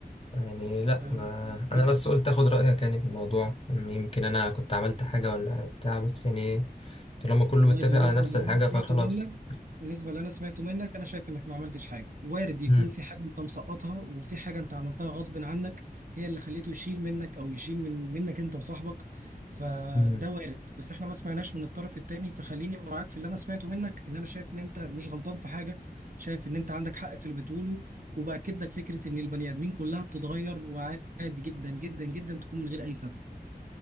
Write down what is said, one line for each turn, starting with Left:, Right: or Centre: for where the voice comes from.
Left: يعني لا
Right: آه،
Left: انا انا
Right: اوكي
Left: بس قلت اخد رايك يعني في الموضوع يمكن انا كنت عملت حاجه ولا بتاع بس يعني طالما كله
Right: والله
Left: متفق
Right: بالنسبة
Left: على نفس
Right: للي
Left: الحاجه
Right: أنا سمعته
Left: فخلاص
Right: منك بالنسبة للي أنا سمعته منك أنا شايف إنك ما عملتش حاجة وارد يكون
Left: امم
Right: في حاجة أنت مسقطها وفي حاجة أنت عملتها غصب عنك هي اللي خليته يشيل منك أو يشيل من منك أنت وصاحبك فده
Left: امم
Right: وارد بس إحنا ما سمعناش من الطرف التاني فخليني معاك في اللي أنا سمعته منك إن أنا شايف إن أنت مش غلطان في حاجة شايف إن أنت عندك حق في اللي بتقوله وبأكد لك فكرة إن البني آدمين كلها بتتغير وعادي جدا جدا جدا تكون من غير أي سبب